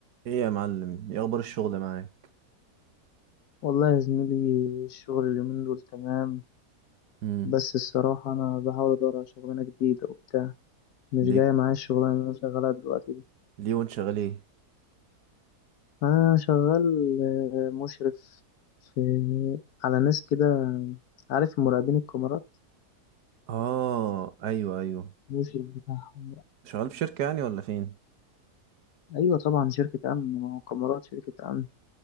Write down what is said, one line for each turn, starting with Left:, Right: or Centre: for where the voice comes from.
Right: ايه يا معلم ايه اخبار الشغل معاك
Left: والله يا زميلي الشغل اليومين دول تمام
Right: امم
Left: بس الصراحة أنا بحاول أدور على شغلانة جديدة وبتاع مش
Right: ليه
Left: جاية معايا الشغلانة اللي أنا شغالها دلوقتي دي
Right: ليه وانت شغال ايه
Left: أنا شغال آه، مشرف في على ناس كده عارف مراقبين الكاميرات
Right: اه ايوه ايوه
Left: مشرف بتاعهم
Right: شغال في شركة يعني ولا فين
Left: أيوة طبعا شركة أمن ما هو كاميرات شركة أمن